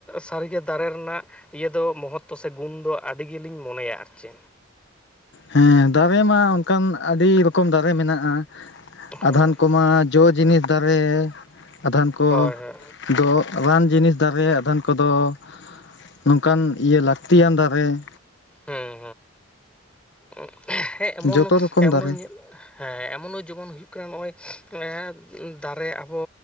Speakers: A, in the centre; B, on the left.
A: ᱥᱟᱹᱨᱤᱜᱮ ᱫᱟᱨᱮ ᱨᱮᱱᱟᱜᱼᱼ ᱤᱭᱟᱹ ᱫᱚ ᱢᱚᱦᱚᱛᱛᱚ ᱥᱮ ᱜᱩᱱ ᱫᱚ ᱟᱹᱰᱤ ᱜᱮᱞᱤᱧ ᱢᱚᱱᱮᱛᱮ ᱟᱨ ᱪᱮ᱾
B: ᱦᱮᱸ ᱫᱟᱨᱮ ᱢᱟ ᱚᱱᱠᱟᱱ ᱨᱚᱠᱚᱢ ᱫᱟᱨᱮ ᱢᱮᱱᱟᱜᱼᱟ᱾
A: ᱦᱳᱭ
B: ᱟᱫᱚ ᱦᱟᱱᱠᱳ ᱢᱟ ᱡᱚ ᱡᱤᱱᱤᱥ ᱫᱟᱨᱮ ᱟᱫᱚ ᱦᱟᱱᱠᱳ
A: ᱦᱳᱭ ᱦᱳᱭ
B: ᱠᱚ᱾ ᱫᱚ ᱨᱟᱱ ᱡᱤᱱᱤᱥ ᱫᱟᱨᱮ ᱟᱫᱚᱱᱠᱚᱫᱚ ᱾ ᱱᱚᱝᱠᱟᱱ ᱤᱭᱟᱹ ᱞᱟᱹᱠᱛᱤᱭᱟᱱ ᱫᱟᱨᱮ᱾
A: ᱦᱚᱸ ᱦᱚᱸ ᱦᱮᱜᱸ ᱮᱢᱚᱱ
B: ᱡᱚᱛᱚ ᱨᱚᱠᱚᱢ
A: ᱮᱢᱚᱱ
B: ᱫᱟᱨᱮ
A: ᱦᱚᱸ ᱧᱮᱞᱢᱮ ᱦᱮᱸ ᱮᱢᱚᱱᱚ ᱡᱮᱢᱚᱱ ᱦᱩᱭᱩᱜ ᱠᱟᱱᱟ ᱱᱚᱜᱼᱚᱭ ᱻᱮ ᱫᱟᱨᱮ ᱟᱵᱚ᱾